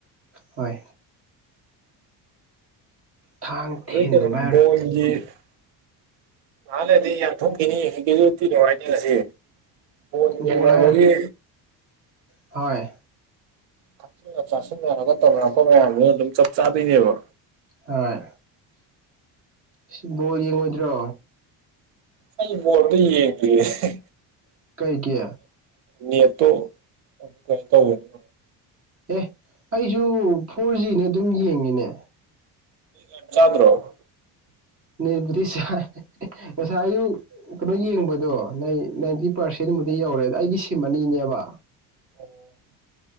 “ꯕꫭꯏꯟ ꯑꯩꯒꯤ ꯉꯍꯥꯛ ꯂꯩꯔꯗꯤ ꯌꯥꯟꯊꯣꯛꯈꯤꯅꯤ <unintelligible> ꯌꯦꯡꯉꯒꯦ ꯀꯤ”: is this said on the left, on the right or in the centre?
Right